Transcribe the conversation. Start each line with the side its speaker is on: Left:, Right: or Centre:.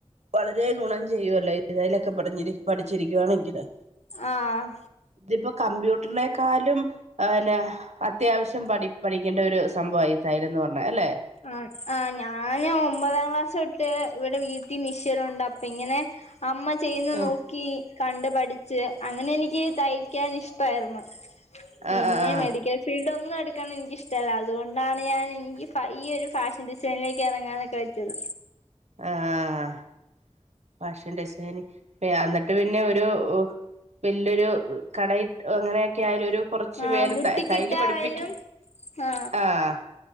Right: വളരെ ഗുണം ചെയ്യുവല്ലോ ഏതായലൊക്കെ <unintelligible> പഠിച്ചിരിക്കുകവാണെങ്കില്
Left: ആഹ്
Right: ഇതിപ്പോ കമ്പ്യൂട്ടറിനെക്കാലും അഹ് അന്നേ അത്യാവശ്യം പഠി പഠിക്കേണ്ടൊരു സംഭവ ഇ തയ്യെലെന്ന് പറഞ്ഞ അല്ലേ
Left: ആ ആ ഞാന് ഒമ്പതാം ക്ലാസൊട്ട് ഇവിടെ വീട്ടിൽ മിഷനുണ്ട് അപ്പൊ ഇങ്ങനെ അമ്മ ചെയ്ന്ന്
Right: ആഹ്
Left: നോക്കി കണ്ട് പഠിച്ച് അങ്ങനെ എനിക്ക് തയ്ക്കാൻ ഇഷ്ടായിരുന്നു. പിന്നെ
Right: ആഹ് ആഹ്
Left: മെഡിക്കൽ ഫീൽഡ് ഒന്നും എടുക്കാൻ എനിക്കിഷ്ടല്ല അതുകൊണ്ടാണ് ഞാൻ എനിക്ക് പ ഈ ഒരു ഫാഷൻ ഡിസൈനിലേക്ക് ഇറങ്ങാനൊക്കെ വെച്ചത്
Right: ആഹ് ഫാഷൻ ഡിസൈനി <unintelligible> എന്നിട്ട് പിന്നെ ഒരു വല്യയൊരു കടയി അങ്ങനെയൊക്കെ ആയാ ഒരു കൊർച്ചു
Left: ആ
Right: പേര്
Left: ബുട്ടിക്കിട്ട
Right: ത തൈല്‌ പഠിപ്പിക്കും
Left: ആയാലും ആ
Right: ആഹ്